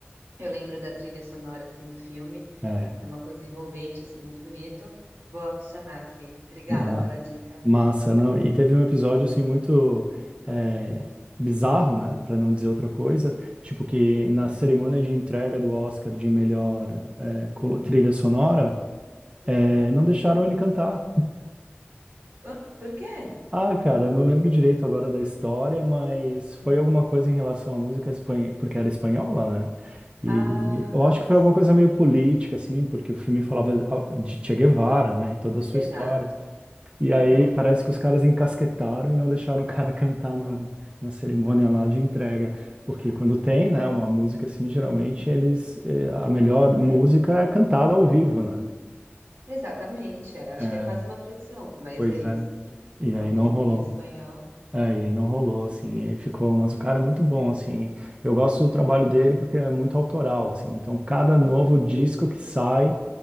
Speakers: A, on the right; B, on the right.
A: Eu lembro da trilha sonora assim do filme,
B: é,
A: que é uma coisa envolvente, assim, muito bonito. Vou adicionar aqui. Obrigada
B: ma-
A: pela dica.
B: massa, não? E teve um episódio, assim, muito... é, bizarro, né, para não dizer outra coisa,
A: Hum,
B: tipo que
A: hum,
B: na cerimônia de entrega do Oscar de melhor é, colo- trilha sonora,
A: hum.
B: É, não deixaram ele cantar.
A: Ah, por quê?
B: Ah, cara, eu não lembro direito agora da história, mas foi
A: Uhum.
B: alguma coisa em relação à música espanhola, porque era espanhola, né? E
A: Ah,
B: eu acho que foi
A: sim.
B: alguma coisa meio política, assim, porque o filme falava ah, de Che Guevara, né, e toda a sua
A: Exato.
B: história. E
A: Aham.
B: aí parece que os caras encasquetaram e não deixaram o cara <laughs> cantar na, na cerimônia lá de entrega. Porque quando
A: Ai.
B: tem, né, uma música assim, geralmente eles, eh, a melhor
A: Uhum.
B: música é cantada ao vivo, né?
A: Exatamente. é, Acho
B: É,
A: que é quase uma tradição, mas
B: pois
A: é isso,
B: é.
A: assim.
B: E
A: Uma
B: aí
A: música
B: não rolou.
A: em espanhol.
B: É, e aí não rolou, assim, e aí ficou, mas o cara é muito bom, assim, eu gosto do trabalho dele porque é muito autoral, assim, então cada
A: Uhum.
B: novo disco que sai